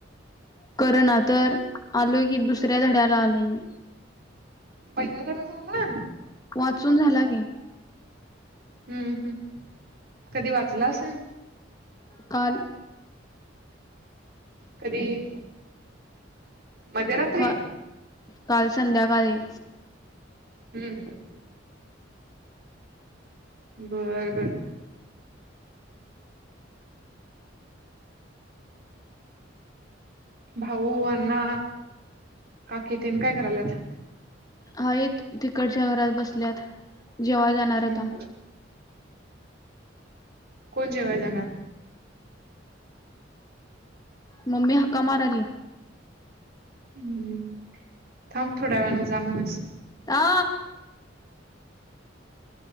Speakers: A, on the left; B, on the right.
A: कर ना तर आलोय की, दुसऱ्या धड्याला आलोय मी.
B: पहिला धडा झाला?
A: वाचून झाला की.
B: हम्म, हम् कधी वाचलास?
A: काल.
B: कधी? मध्यरात्री
A: का, काल संध्याकाळी.
B: हम्म, बरं बरं, भाऊ, अण्णा, काकी तेन काय करायल्यात?
A: हायेत तिकडच्या घरात बसल्यात, जेवायं जाणार
B: हम्म
A: आता
B: कोण जेवायंला जाणार?
A: ममी हक्का मारायली या.
B: हम्- हं थांब थोडा वेणी जा म्हणस्
A: आ,